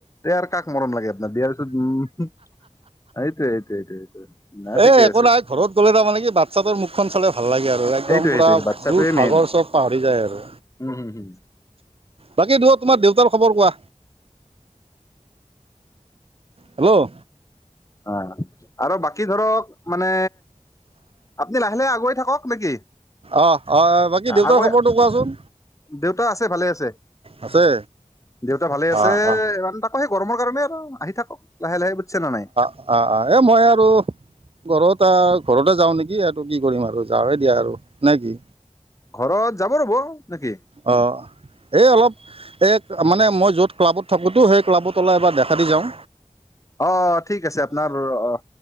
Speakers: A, on the left; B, on the right.
A: দে আৰ কাক মৰম লাগে আপোনাৰ বিয়াৰ পিছত উ এইটোয়ে এইটোযে সিটো নাই
B: এই
A: ঠিকে
B: একো
A: আছে
B: নাই ঘৰত গ'লে তাৰমানে কি বাচ্ছাটোৰ মুখখন চালে ভাল লাগে আৰু একদম
A: সেইটোৱে
B: পূৰা
A: সেইটোৱে বাচ্ছাটোৱে
B: দুূখ ভাগৰ
A: মেইন
B: চব পাহৰি যায় আৰু
A: উম হুম হুম
B: বাকী দূৰত তোমাৰ দেউতাৰ খবৰ কোৱা হেল্ল'
A: অ আৰু বাকী ধৰক মানে আপুনি লাহে লাহে আগুৱাই থাকক তমি কি
B: অঁ অঁ বাকী দেউতাৰ
A: আগুৱাই
B: খবৰটো কোৱাচোন
A: দেউতা আছে ভালে আছে
B: আছে
A: দেউতা ভালে আছে
B: অঁ অঁ
A: মানুহ তাকৌ হে গৰমৰ কাৰণে আৰু আহি থাকক লাহে বুজিছে নাই
B: অ অ এ মই আৰু গ কত আৰু ঘৰতে যাওঁ নেকি এইটো কি কৰিম আৰু যাৱে দিয়া আৰু নে কি
A: ঘৰত যাব ৰ'ব নেকি
B: অঁ এই অলপ মানে মই য'ত ক্লাবত থাকোঁতেও সেই ক্লাবত অলপ এবাৰ দেখা দি যাওঁ
A: অ ঠিক আছে আপোনাৰ অ